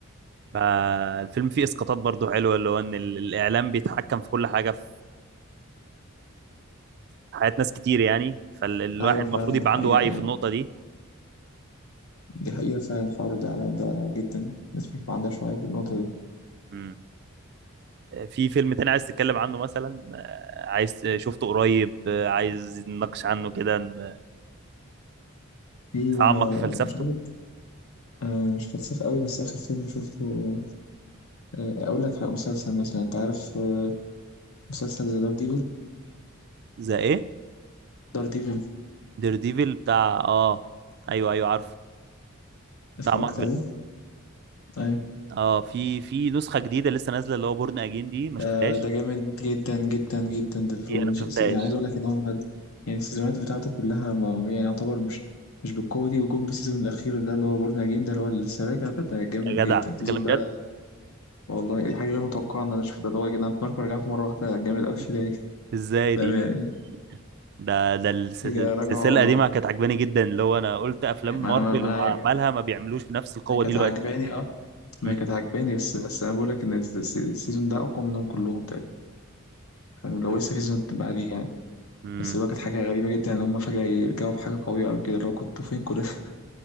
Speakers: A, on the right; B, on the left.
A: فالفيلم فيه اسقاطات برضو حلوه اللي هو ان ال- الاعلام بيتحكم في كل حاجه في في حياه ناس كتير يعني فالواحد
B: ايوه
A: المفروض
B: فعلا
A: يبقى
B: دي حقيقه
A: عنده وعي
B: يعني
A: في النقطه دي
B: دي حقيقه فعلا حوار الاعلام ده جدا الناس مش ما عندهاش وعي في النقطه دي
A: مم. في فيلم تاني عايز تتكلم عنه مثلا آه، عايز شفته قريب آه، عايز نناقش عنه كده ن-
B: في
A: نتعمق
B: آه،
A: في فلسفته
B: مش عارف آه، مش فلسفة قوي بس آخر فيلم شفته آه، أقول لك على مسلسل مثلا أنت عارف آه، مسلسل زي دار ديفل
A: زي ايه
B: دار ديفل
A: دير ديفل بتاع اه ايوه ايوه عارفه
B: اتفرجت
A: بتاع مارفل
B: عليه؟ أيوة
A: اه في في نسخه جديده لسه نازله اللي هو بورن اجين دي ما
B: ده
A: شفتهاش
B: ده جامد جدا جدا جدا ده الفيلم
A: دي انا ما
B: س-
A: شفتهاش
B: يعني عايز أقول لك إن هم ال- يعني السيزونات بتاعته كلها ما يعني يعتبر مش مش بالقوة دي وجم بالسيزون الأخير ده اللي هو بورنا أجين ده اللي هو لسه راجع ده ده جامد
A: يا
B: جدا
A: جدع بتتكلم
B: السيزون ده
A: جد
B: والله دي حاجة غير متوقعة إن أنا أشوف ده اللي هو يا جدعان ماركو رجعت مرة واحدة جامد أوي
A: <laughs>
B: كده ليه؟
A: ازاي
B: فاهم
A: دي
B: يعني
A: ده ده الس-
B: حاجة
A: السلسله
B: رجعوا
A: القديمه كانت عجباني جدا اللي هو انا قلت افلام
B: ما
A: مارفل
B: أنا ما ما-
A: وعملها ما بيعملوش بنفس القوه
B: أنا كانت
A: دي دلوقتي
B: عاجباني ما
A: امم
B: هي كانت عجباني بس بس انا بقول لك ان الس- الس- السيزون ده اقوى منهم كلهم تقريبا يعني لو
A: حلو
B: لسه في
A: جدا
B: سيزون بعديه يعني
A: امم
B: بس اللي هو كانت حاجه غريبه جدا ان هم فجاه يرجعوا بحاجه قويه قوي كده اللي هو كنتوا فين كل ده <laughs>